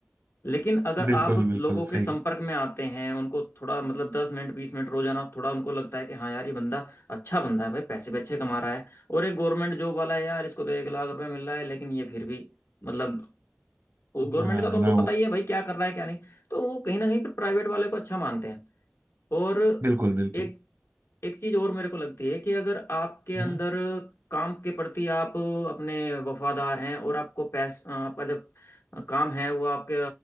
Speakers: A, on the left (about 80°); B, on the right (about 65°).
A: लेकिन अगर
B: बिल्कुल
A: आप
B: बिल्कुल
A: लोगों के
B: सही
A: संपर्क में आते हैं उनको थोड़ा मतलब दस मिनट बीस मिनट रोजाना थोड़ा उनको लगता है कि हाँ यार ये बंदा अच्छा बंदा है भाई पैसे भी अच्छे कमा रहा है और एक गवर्नमेंट जॉब वाला है यार इसको तो एक लाख रुपए मिल रहा है लेकिन ये फिर भी मतलब गवर्नमेंट
B: हाँ
A: का तो उनको
B: ना
A: पता
B: वो
A: ही है भाई क्या कर रहा है क्या नहीं तो वो कहीं ना कहीं पर प्राइवेट वाले को अच्छा मानते हैं और
B: बिल्कुल बिल्कुल
A: एक एक चीज और मेरे को लगती है कि अगर आपके
B: हम्म
A: अंदर काम के प्रति आप अपने वफादार हैं और आपको पैस आपका जब काम है वो आपके